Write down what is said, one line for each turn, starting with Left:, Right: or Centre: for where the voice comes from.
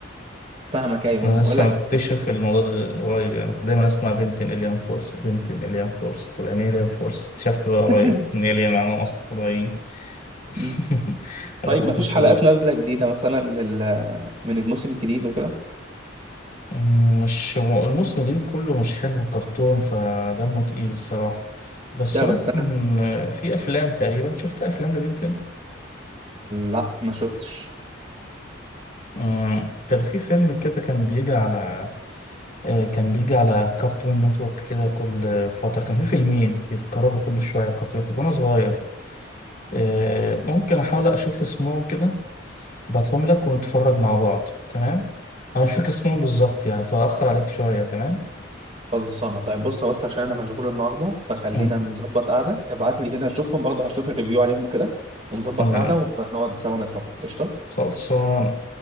Right: فاهمك ايوه
Left: أنا
Right: ما بقول
Left: لسه
Right: لك
Left: مكتشف الموضوع ده قريب يعني كنت دايما أسمع بنتين إليان فورس بنتين إليان فورس طب يعني إيه إليان فورس اكتشفت بقى قريب
Right: <laughs>
Left: إن إليان معناهم أصلا فضائيين
Right: مم.
Left: <laughs> ولا
Right: طيب
Left: قوة
Right: ما فيش
Left: الفضاء
Right: حلقات نازلة جديدة مثلا لل... من الموسم الجديد وكده
Left: مم، مش هو الموسم الجديد كله مش حلو كرتون فدمه تقيل الصراحة بس
Right: لا
Left: ممكن
Right: بس انا
Left: آه، في أفلام تقريبا شفت أفلام لبنتين
Right: لا ما شفتش
Left: مم، كان في فيلم كده كان بيجي على آه، كان بيجي على كرتون نتورك كده كل فترة كان في فيلمين بيتكرروا كل شوية كرتون نتورك وأنا صغير آه، ممكن أحاول أشوف اسمهم كده بعتهم لك ونتفرج مع بعض تمام أنا مش فاكر اسمهم بالظبط يعني فأخر عليك شوية تمام
Right: خلصانه طيب بص بس عشان انا مشغول النهارده فخلينا
Left: مم،
Right: نظبط قعده ابعت لي كده اشوفهم برضه هشوف الريفيو عليهم كده ونظبط
Left: تمام
Right: قعده ونقعد سوا نتفرج قشطه
Left: خلصان